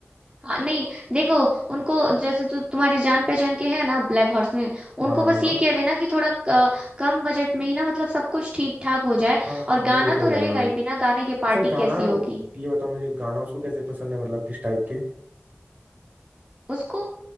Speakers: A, on the right (about 25°); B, on the right (about 40°).
A: हाँ नहीं देखो उनको जैसे तु, तुम्हारे जान पहचान के है ना ब्लैक हॉर्स में
B: हाँ
A: उनको बस
B: हाँ
A: ये कह देना कि थोड़ा क- कम बजट में ही ना मतलब सब कुछ ठीक ठाक हो जाए
B: हाँ हाँ
A: और गाना
B: वो तो हो
A: तो
B: जाएगा
A: रहेगा
B: और
A: ही बिना गाने के
B: अच्छा
A: पार्टी
B: गाना
A: कैसी होगी
B: ये बताओ मुझे गाना उसको कैसे पसंद है मतलब किस टाइप के
A: उसको